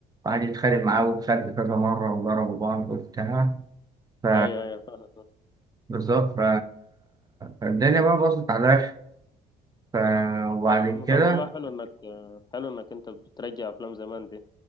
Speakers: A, on the right; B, on the left.
A: وقعد يتخانق معاه وخد كذا مرة وضربوا بعض وبتاع ف
B: ايوه ايوه
A: بالظبط ف... فالدنيا بقى باظت على الآخر ف... وبعد
B: أم-
A: كده
B: طب والله حلو انك حلو انك انت بترجع افلام زمان دي